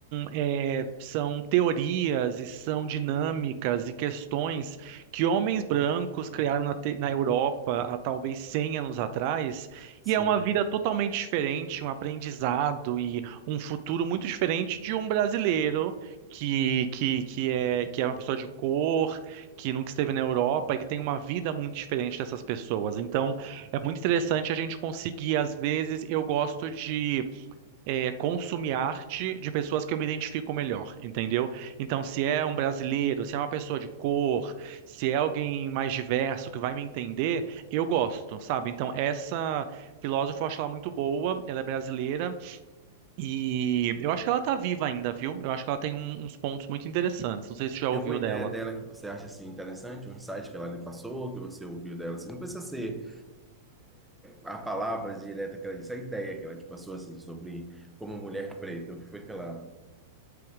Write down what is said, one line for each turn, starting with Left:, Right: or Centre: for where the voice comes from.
Right: é, são teorias e são dinâmicas e questões que homens brancos criaram na, te- na Europa há talvez 100 anos atrás,
Centre: sim.
Right: e é uma vida totalmente diferente, um aprendizado e um futuro muito diferente de um brasileiro que, que, que é, que é uma pessoa de cor que nunca esteve na Europa e que tem uma vida muito diferente dessas pessoas. Então, é muito interessante a gente conseguir, às vezes, eu gosto de eh, consumir arte de pessoas que eu me identifico melhor, entendeu? Então, se é um brasileiro, se é uma pessoa de cor, se é alguém mais diverso que vai me entender, eu gosto, sabe? Então, essa filósofa eu acho ela muito boa, ela é brasileira e eu acho que ela tá viva ainda, viu? Eu acho que ela tem um- uns pontos muito interessantes. Não sei se você já
Centre: Tem
Right: ouviu
Centre: alguma ideia
Right: dela.
Centre: dela que você acha assim interessante, um insight que ela lhe passou, que você ouviu dela? Assim, não precisa ser a palavra direta que ela disse, a ideia que ela te passou assim sobre como mulher preta, o que foi que ela.